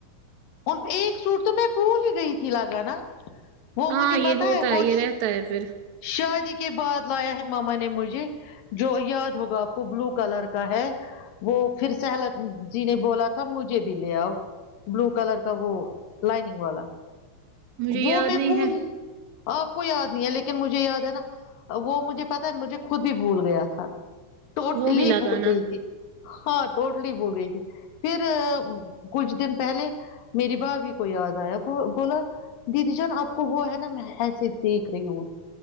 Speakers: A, on the left (about 65°); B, on the right (about 70°).
A: اور ایک سوٹ تو میں بھول ہی گئی تھی لگانا وہ
B: ہاں
A: مجھے
B: یہ
A: پتا
B: ہوتا
A: ہے وہ
B: یہ رہتا ہے پھر
A: شادی کے بعد لایا ہے ماما نے مجھے جو یاد ہوگا آپ کو بلو کلر کا ہے وہ پھر سہلت جی نے بولا تھا مجھے بھی لے آؤ بلو کلر کا وہ لائننگ والا
B: مجھے یاد
A: وہ میں
B: نہیں
A: بھول
B: ہے
A: ہی آپ کو یاد نہیں ہے لیکن مجھے یاد ہے نہ وہ مجھے پتا ہے مجھے خود ہی بھول گیا تھا لی
B: وہ بھی لگانا
A: بھول گئی تھی ہاں ٹوٹلی بھول گئی تھی پھر کچھ دن پہلے میری بھا بی کو یاد آیا بولا دیدی جان آپ کو وہ ہے نہ میں ایسے دیکھ رہی ہوں